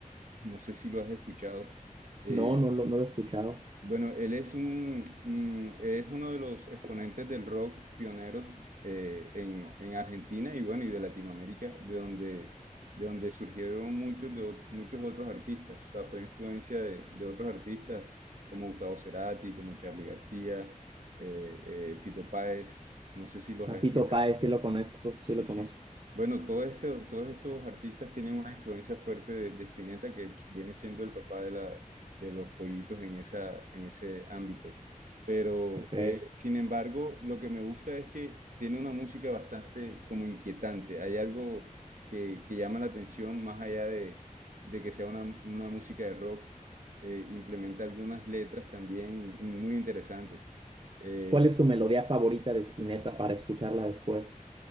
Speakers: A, on the right; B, on the right.
A: <laughs> no sé si lo has escuchado, Eh,
B: No, no, lo- no lo he escuchado.
A: bueno, él es un, un- es uno de los exponentes del rock pioneros eh, en, en Argentina y bueno, y de Latinoamérica, de donde, de donde surgieron muchos, de, ot- muchos otros artistas. O sea, fue influencia de, de otros artistas como Gustavo Cerati, como Charly García, eh, eh, Fito Páez. No sé si los
B: A
A: has
B: Fito
A: escuchado.
B: Páez sí lo conozco, sí
A: Sí,
B: lo
A: sí.
B: conozco.
A: Bueno, todo este, todos estos artistas tienen una influencia fuerte de, de Spinetta, que viene siendo el papá de, la, de los pollitos en, esa, en ese ámbito. Pero,
B: Ok.
A: eh, sin embargo, lo que me gusta es que tiene una música bastante como inquietante. Hay algo que, que llama la atención más allá de, de que sea una, una música de rock. eh, implementa algunas letras también muy interesantes. Eh,
B: ¿Cuál es tu melodía favorita de Spinetta para escucharla después?